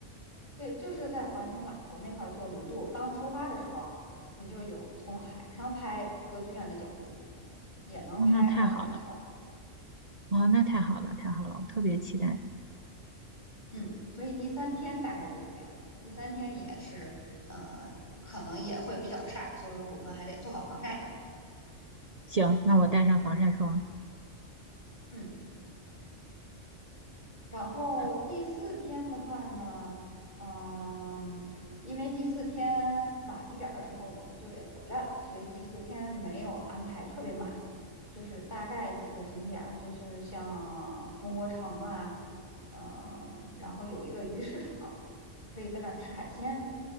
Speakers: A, on the left; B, on the right.
A: 对，就是在环形码头那块儿坐轮渡，刚出发的时候，你就有从海上拍歌剧院的角度，也能拍海港大桥。
B: 哦，那太好了，哦，那太好了，太好了，我特别期待。
A: 嗯，所以第三天大概就是这样。第三天也是，呃，可能也会比较晒，所以我们还得做好防晒呢。
B: 行，那我带上防晒霜。
A: 嗯。然后第四天的话呢，
B: 嗯
A: 嗯，因为第四天晚一点儿的时候我们就得回来了，所以第四天没有安排特别满，就是大概几个景点儿，就是像中国城啊，嗯，然后有一个鱼市场，可以在那儿吃海鲜。